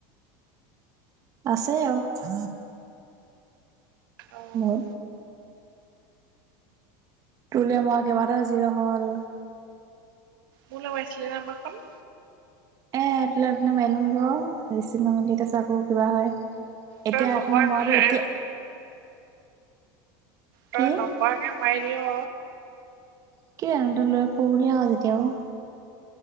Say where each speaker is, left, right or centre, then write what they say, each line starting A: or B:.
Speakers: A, on the right (about 35°); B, on the right (about 85°).
A: আছে আৰু-
B: অ'।
A: মোৰ, তোলে মৰা কেইবাটাও জিৰ' হল।
B: মোৰলে মাৰিছিলি না ইমানখন?
A: এ তোলে অথনি মাৰিলোঁ তোক ৰিচিভ নকৰিলি তাৰ পিছত আকৌ কিবা হয়।
B: তই
A: এতিয়া
B: নকৰাকে
A: অথনি মৰাটো এতিয়া-
B: এ তই
A: কি
B: নকৱাকে মাৰি দিঅ।
A: <unintelligible>